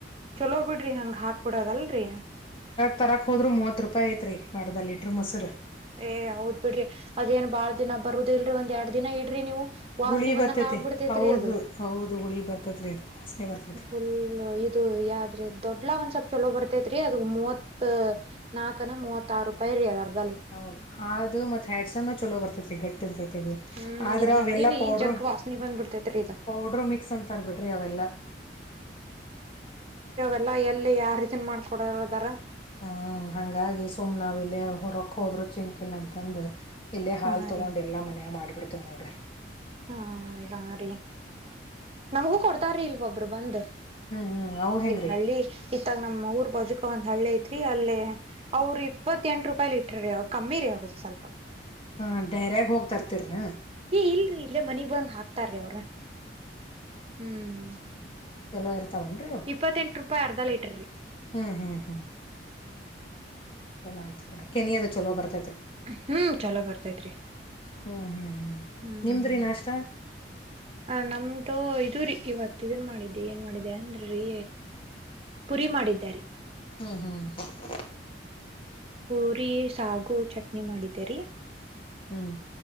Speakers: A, on the right; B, on the left.
A: ಚಲೋ ಬಿಡ್ರಿ ಹಂಗ ಹಾಕ್ ಬಿಿಡದಲ್ರಿ
B: ತರಕ್ ಹೋದ್ರರು ಮೂವತ್ ರೂಪಾಯಿ ಐತ್ರಿ ಬರ್ದ ಲೀಟ್ರ ಮೊಸರು
A: ಏ ಹೌದ್ ಬಿಡ್ರಿ ಅದೇನ್ ಬಾಳ್ ದಿನ ಬರುದ ಇಲ್ರರಿ ಒಂದ್ ಎರಡ್ ದಿನ ಇಡ್ರಿ ನೀವು ವಾಸನೆ
B: ಹುಳಿ
A: ಬಂದಂಗ
B: ಬರ್ತೈತಿ
A: ಆಗ್ಬಿಡ್ತೈತ್ರಿ
B: ಹೌದು
A: ಅದು
B: ಹೌದು ಹುಳಿ ಬರ್ತೈತ್ರಿ ಅದು ವಾಸನೆ ಬರ್ತೈತಿ
A: ಫುಲ್ ಇದು ಯಾದ್ರೆ ದೊಡ್ಲಾ ಒಂದ್ಸಪ್ ಚಲೋ ಬರ್ತೇತ್ರಿ ಅದು ಮೂವತ್ ನಾಕನ ಮೂವತ್ತ ಆರು ರೂಪಾಯಿ ರೀ ಅದರ್ದ
B: ಹೌದು ಆದ ಮತ್ ಹ್ಯಾಡ್ಸನ್ ಚಲೋ ಬರ್ತದೆ ಗಟ್ಟಿ ಇರ್ತ ಅದು
A: ಹ್ಮ್
B: ಆದ್ರ
A: ಇದ್ ನಂದಿನಿ
B: ಅವೆಲ್ಲ ಪೌಡರು
A: ಜಗ್ ವಾಸನಿ ಬಂದ್ಬಿಡ್ತೇತ್ರಿ ಇದ
B: ಪೌಡ್ರ ಮಿಕ್ಸ್ ಅಂತ ಬಿಡ್ರಿ ಅವೆಲ್ಲ
A: ಎಲ್ಲ ಎಲ್ಲಿ ಯಾರ ರೀತಿನ್ ಮಾಡ್ಕೊಡದಾರ
B: ಹ್ಮ್ ಹಂಗಾಗಿ ಸುಮ್ ನಾವ ಇಲ್ಲ ಹೊರಕ್ ಹೋದ್ರು ಚಿಂತಿಲ್ಲ ಅಂತಂದ ಇಲ್ಲೇ ಹಾಲ್
A: ಹಾ
B: ತೊಗೊಂಡ್
A: ರೀ
B: ಎಲ್ಲಾ ಮನಯಾಗ ಮಾಡ್ಬು ಅಡ್ತನೋಡ
A: ಹಾ ರರಿ ಹಾ ರೀ ನಮಗೂ ಕೊಡ್ತಾರೀ ಇಲ್ವೊಬ್ರು ಬಂದ್
B: ಹ್ಮ್ ಹ್ಮ್ ಅವು ಹೆಂಗ್ರಿ
A: ಇಲ್ಲ ಹಳ್ಳಿ ಇತ್ತಾಗ ನಮ್ಮ ಊರ್ ಬಜಕ್ ಒಂದ್ ಹಳ್ಳಿ ಐತ್ರಿ ಅಲ್ಲೇ ಅವ್ರರು ಇಪ್ಪತ್ತ ಎಂಟು ರೂಪಾಯಿ ಲೀಟ್ರ ರೀ ಅವ ಕಮ್ಮಿ ರೀ ಅವ್ರದ್ದ ಸ್ವಲ್ಪ
B: ಹಾ ಡೈರ್ಯಾಗ ಹೋಗ್ತರ್ತಿರ್ರ
A: ಏ ಇಲ್ರರಿ ಇಲ್ಲೇ ಮನಿಗ್ ಬಂದ್ ಹಾಕ್ತಾರೀ ಅವ್ರ ಹ್ಮ್
B: ಚಲೋ ಇರ್ತಾವನ್ರಿ ಅವು
A: ಇಪ್ಪತ್ತೆಂಟು ರೂಪಾಯಿ ಅರ್ಧಳ ಇ ತರಿ
B: ಹ್ಮ್ ಹ್ಮ್ ಹ್ಮ್ ಚಲ ಆಯ್ತಬೋಡ ಕೆಿ ಅದ ಚಲೋ ಬರ್ತ್ತೆ
A: ಹ್ಮ್ ಚಲೋ ಬರ್ತತ್್ರಿ
B: ಹ್ಮ್ ಹ್ಮ್
A: ಹ್ಮ್
B: ನಿಮ್ದ್ರಿ ನಾಷ್ಟ
A: ಆ ನಮ್ದು ಇದು ರರಿ ಇವತ್ ಇದನ್ ಮಾಡಿದ್ದಿ ಏನ್ ಮಾಡಿದೆ ಅಂದ್ರೀ ಪುರಿ ಮಾಡಾರಿ
B: ಹ್ಮ್ ಹ್ಮ್ ಹ
A: ಪೂರಿ ಸಾಗು ಚಟ್ನಿ ಮಾಡಿದ್ದೀರಿ
B: ಹ್ಮ್